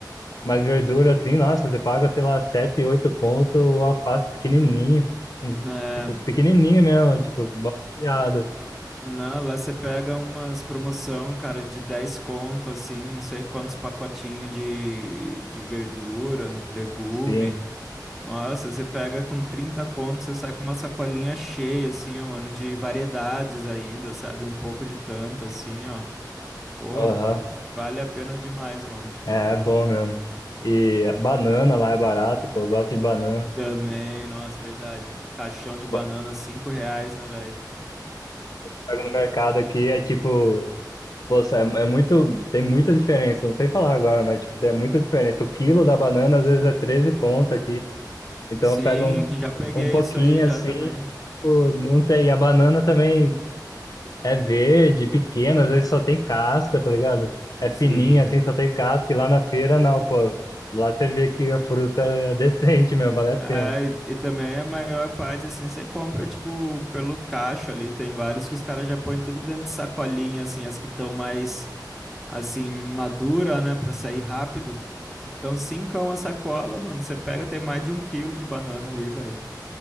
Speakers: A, on the left; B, in the centre.
A: mas verdura, assim, nossa, você paga, sei lá, sete, oito conto, o alface pequenininho. Um,
B: É,
A: tipo, pequenininho mesmo, tipo, mó piada.
B: Não, lá você pega umas promoção, cara, de 10 conto, assim, não sei quantos pacotinhos de, de verdura, legume.
A: Sim,
B: Nossa, você pega com 30 conto, você sai com uma sacolinha cheia, assim, ó, mano, de variedades ainda, sabe? Um pouco de tanto, assim, ó. Pô,
A: aham.
B: vale a pena demais, mano.
A: É, é bom mesmo. E banana lá é barato, pô, eu gosto de banana.
B: Também, nossa, verdade. Caixão de banana,
A: Ba-
B: 5 reais, né, velho?
A: Pego no mercado aqui, é tipo, poxa, é, é muito, tem muita diferença, não sei falar agora, mas tipo, tem muita diferença. O quilo da banana às vezes é 13 conto aqui. Então
B: Sim,
A: eu pego um,
B: já peguei
A: um pouquinho
B: isso aí já
A: assim,
B: também.
A: pô, não tem. E a banana também é verde, pequena, às vezes só tem casca, tá ligado? É
B: Sim,
A: fininha assim, só tem casca. E lá na feira não, pô. Lá você vê que a fruta é <laughs> decente mesmo, vale a
B: É,
A: pena.
B: e, e também a maior parte, assim, você compra, tipo, pelo caixa ali. Tem vários que os caras já põem tudo dentro de sacolinha, assim, as que estão mais, assim, madura, né, pra sair rápido. Então, cincão a sacola, mano, você pega, tem mais de um quilo de banana ali, velho.